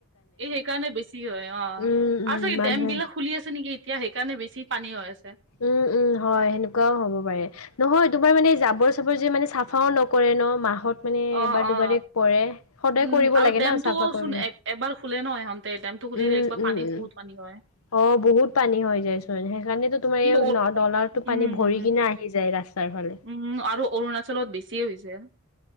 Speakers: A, on the right; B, on the left.
A: এই সেইকাৰণে বেছি হয় অ
B: উম উম
A: আৰু চাগ
B: মানুহে
A: ডেম বিলাক খুলি আছে নেকি। এতিয়া সেইকাৰণে বেছি পানী হৈ আছে।
B: উম, উম, হয় সেনেকুৱাও হ'ব পাৰে নহয় তোমাৰ মানে জাবৰ চাবৰ যে মানে চাফাও নকৰে ন মাহত। মানে
A: অ,
B: এবাৰ দুবাৰে
A: অ,
B: কৰে সদায়
A: উম,
B: কৰিব
A: আৰু
B: লাগে
A: ডেমটোও
B: ন চাফা কৰিলে
A: চোন এবাৰ খোলে ন সহন। তে ডেমটো খুলিলে
B: উম
A: একবাৰ
B: উম
A: পানী
B: উম
A: বহুত পানী হয়।
B: অ, বহুত পানী হৈ যায় চোন সেইকাৰণো তোমাৰ
A: কিন্তু অ-
B: ডলাটো
A: উম,
B: পানী ভৰি
A: উম,
B: কিনে আহি যায় ৰাস্তাৰ ফালে
A: উম, আৰু অৰুণাচলত বেছিয়ে হৈছে।